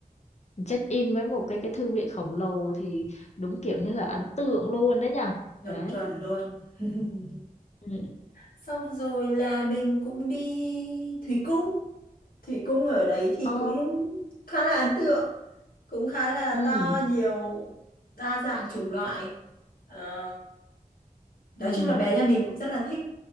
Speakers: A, on the left; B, on the left.
A: check in với một cái cái thư viện khổng lồ thì đúng kiểu như là ấn tượng luôn đấy nhở
B: chuẩn
A: đấy
B: chuẩn luôn <laughs>
A: ừ
B: xong rồi là mình cũng đi Thủy Cung Thủy Cung ở đấy thì
A: Ồ,
B: cũng khá là ấn tượng cũng khá là
A: ừ,
B: to nhiều đa dạng chủng loại Ờ, nói
A: ừ,
B: chung là bé nhà mình cũng rất là thích